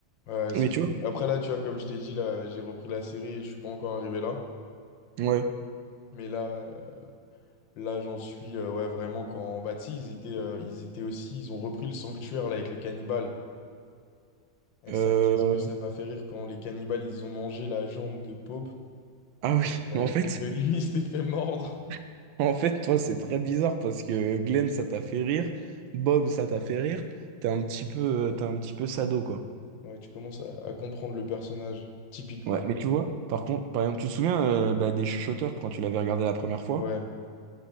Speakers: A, on the left; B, on the right.
A: Ouais, c'est...
B: Mais tu vois,
A: Après là, tu vois, comme je t'ai dit, là, j'ai repris la série et je suis pas encore arrivé là.
B: ouais.
A: Mais là. euh, Là, j'en suis euh, ouais, vraiment quand. Bah, tu sais, ils étaient, euh, ils étaient aussi. Ils ont repris le sanctuaire là avec les cannibales. Et
B: Euh,
A: ça, qu'est-ce que ça m'a fait rire quand les cannibales, ils ont mangé la jambe de Pope
B: Ah oui, <laughs>
A: euh,
B: mais en fait,
A: et que lui, <laughs> il s'était fait mordre.
B: <laughs> en fait, toi, c'est très bizarre parce que Glenn, ça t'a fait rire. Bob, ça t'a fait rire. T'es un petit peu, euh, t'es un petit peu sado, quoi.
A: Ouais, tu commences à, à comprendre le personnage, typiquement.
B: Ouais, mais tu vois, par contre, par exemple, tu te souviens euh, bah, des chuchoteurs quand tu l'avais regardé la première fois?
A: Ouais,